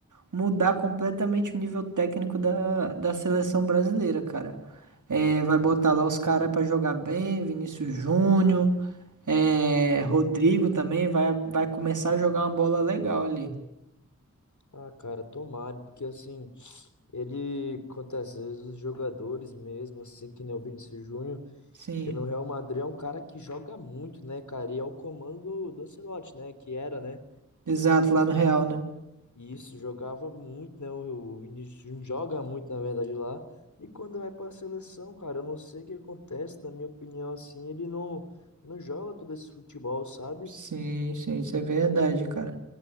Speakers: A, on the right (about 80°); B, on the left (about 75°).
A: mudar completamente o nível técnico da, da seleção brasileira, cara. É, vai botar lá os caras para jogar bem, Vinícius Júnior, é, Rodrigo também vai, vai começar a jogar uma bola legal ali.
B: Ah, cara, tomara, porque assim, ele acontece, às vezes os jogadores mesmo, assim, que nem o Vinícius Júnior.
A: Sim,
B: E no Real Madrid é um cara que joga muito, né, cara? E é o comando do, do Ancelotti, né? Que era, né?
A: exato, lá no Real, né?
B: E isso jogava muito, né? O, o Vinícius Júnior joga muito, na verdade, lá. E quando vai pra seleção, cara, eu não sei o que acontece, na minha opinião, assim, ele não, não joga todo esse futebol, sabe?
A: Sim, sim, isso é verdade, cara.